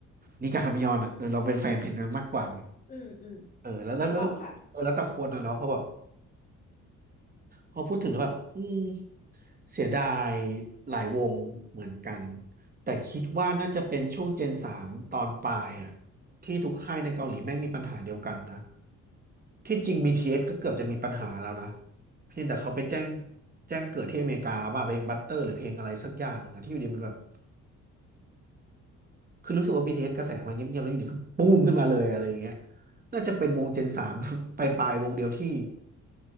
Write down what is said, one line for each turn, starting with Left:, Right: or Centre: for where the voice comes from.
Right: นี่ก็ฮามยอนอ่ะเออเราเป็นแฟนเพลงนั้นมากกว่าไง
Left: อืมอืม
Right: เออแล้วแล้วแล้วเออแล้วแต่คนอ่ะเนาะเพราะแบบ
Left: นึกออกค่ะ
Right: พอพูดถึงแล้วแบบอืมเสียดายหลายวงเหมือนกันแต่คิดว่าน่าจะเป็นช่วงเจนสามตอนปลายอะที่ทุกค่ายในเกาหลีแม่งมีปัญหาเดียวกันนะที่จริง BTS ก็เกือบจะมีปัญหาแล้วนะเพียงแต่เขาไปแจ้งแจ้งเกิดที่อเมริกาว่าเพลงบัตเตอร์หรือเพลงอะไรสักอย่างหนึ่งอะที่อยู่ดีมันแบบคือรู้สึกว่า BTS กระแสมาเงียบๆแล้วอยู่ดีก็ปุ้มขึ้นมาเลยอะไรอย่างเงี้ยน่าจะเป็นวงเจนสาม <laughs> ปลายๆวงเดียวที่